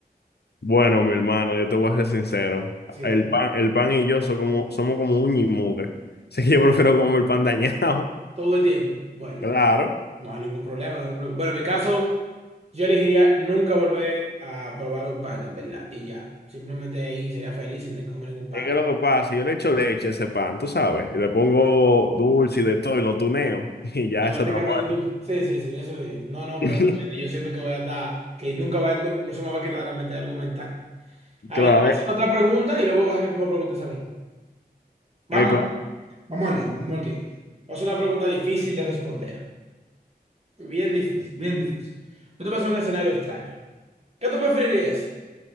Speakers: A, on the left; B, on the right.
A: Bueno, mi hermano, yo te voy a ser sincero.
B: Sí,
A: El pan, el pan y yo somos como, somos como uña y mugre. <laughs> Así que yo prefiero comer el pan dañado. <laughs>
B: todo el tiempo. Bueno.
A: Claro.
B: No hay ningún problema, no hay ningún problema. Bueno, en mi caso, yo elegiría nunca volver a probar un pan, en verdad. Y ya, simplemente ahí sería feliz sin tener que comer ningún pan.
A: Es que lo que pasa, yo le echo leche a ese pan, tú sabes. Y le pongo dulce y de todo y lo tuneo. <laughs> Y ya
B: Y
A: eso
B: básicamente
A: está bueno.
B: tú, sí, sí, sí, eso sí. No, no, pero
A: <laughs>
B: igualmente yo siento que voy a estar, que nunca va, no, no se me va a quitar de la mente algo mental. A
A: Claro,
B: ver, te voy a
A: eh,
B: hacer otra pregunta y luego vas a que tú me preguntes a mí.
A: eh,
B: Vamos,
A: claro.
B: vamos a alguien, vamos a alguien. es una pregunta difícil de responder. Bien difícil, bien difícil. Yo te voy a hacer un escenario extraño. ¿Qué tú preferirías?